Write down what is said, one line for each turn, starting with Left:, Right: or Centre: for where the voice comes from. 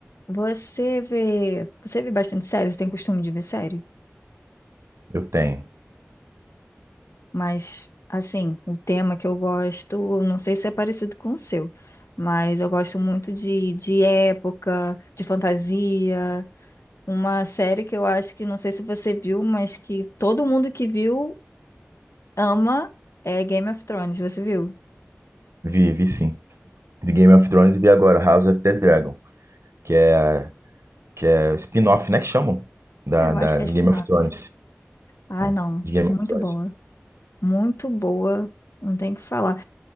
Left: Você vê, você vê bastante série, você tem costume de ver série?
Right: Eu tenho.
Left: Mas, assim, o tema que eu gosto, não sei se é parecido com o seu, mas eu gosto muito de, de época, de fantasia. Uma série que eu acho que, não sei se você viu, mas que todo mundo que viu ama é Game of Thrones, você viu?
Right: Vi, vi sim. Vi Game of Thrones e vi agora House of the Dragon, que é, que é o spin-off, né, que chamam, da,
Left: É, eu
Right: da,
Left: acho que
Right: de
Left: é spin-off.
Right: Game of Thrones.
Left: Ah,
Right: né?
Left: não,
Right: de Game
Left: muito
Right: of Thrones.
Left: boa, muito boa, não tem o que falar.